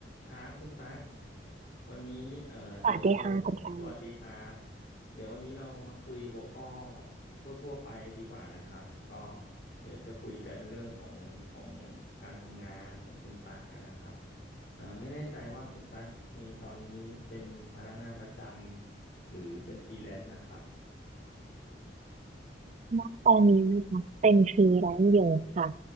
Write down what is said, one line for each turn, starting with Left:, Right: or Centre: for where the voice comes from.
Left: ครับคุณตั๊กวันนี้เอ่อเดี๋ยวเรา
Right: สวัสดีค่ะคุณแฟน
Left: สวัสดีครับเดี๋ยววันนี้เรามาคุยหัวข้อทั่วๆไปดีกว่านะครับก็เดี๋ยวจะคุยกันเรื่องของของการทำงานของคุณตั๊กนะนะครับอ่าไม่แน่ใจว่าคุณตั๊กเองตอนนี้เป็นพนักงานประจำหรือเป็นฟรีแลนซ์นะครับ
Right: ณตอนนี้นะคะเป็นฟรีแลนซ์อยู่ค่ะ